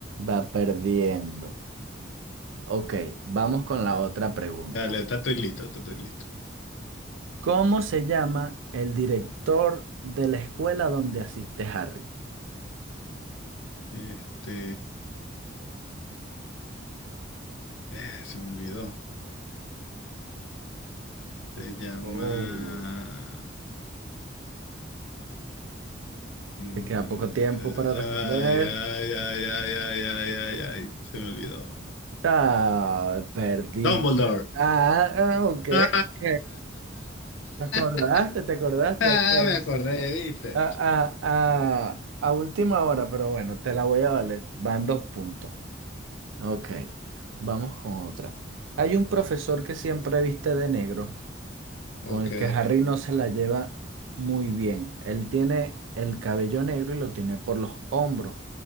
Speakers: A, on the right; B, on the left.
A: Va perdiendo. Ok, vamos con la otra pregunta.
B: Dale, está estoy listo, está estoy listo.
A: ¿Cómo se llama el director de la escuela donde asiste Harry?
B: Este... eh, se me olvidó. Se llama...
A: Oh.
B: mm,
A: Te queda poco tiempo para responder.
B: Ay, ay, ay, ay, ay, ay, ay, ay. Se me olvidó.
A: Ah, perdiste.
B: Dumbledore.
A: Ah, ah, ok,
B: ¡Ah!
A: ok. ¿Te acordaste?
B: <laughs>
A: ¿Te acordaste?
B: Me
A: Ok,
B: acordé,
A: sí.
B: ¿viste?
A: Ah, ah, ah, a última hora, pero bueno, te la voy a valer. Van dos puntos. Ok, vamos con otra. Hay un profesor que siempre viste de negro. con
B: Ok.
A: el que Harry no se la lleva muy bien. Él tiene el cabello negro y lo tiene por los hombros.